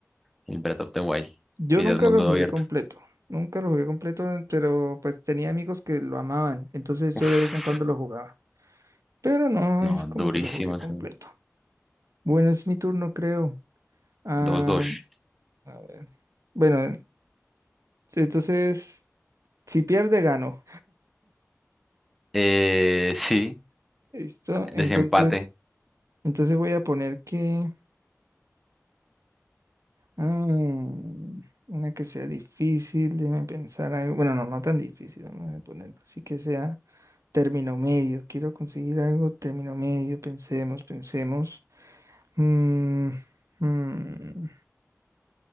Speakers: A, in the centre; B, on the right.
A: El Breath of the Wild,
B: Yo
A: que
B: nunca
A: ya es mundo
B: lo jugué
A: abierto.
B: completo, nunca lo jugué completo, pero pues tenía amigos que lo amaban, entonces
A: Uf.
B: yo de vez en cuando lo jugaba. Pero no
A: No,
B: es como
A: durísimo
B: que lo jugué
A: eso.
B: completo. Bueno, es mi turno, creo. Ah,
A: dos dos.
B: A ver. Bueno, sí, entonces, si pierde, gano.
A: Eh, sí,
B: ¿Listo? Entonces,
A: desempate.
B: entonces voy a poner que... ah, una que sea difícil, déjame pensar algo. Bueno, no, no tan difícil, vamos a ponerlo. Así que sea término medio. Quiero conseguir algo término medio. Pensemos, pensemos. Mm, mm,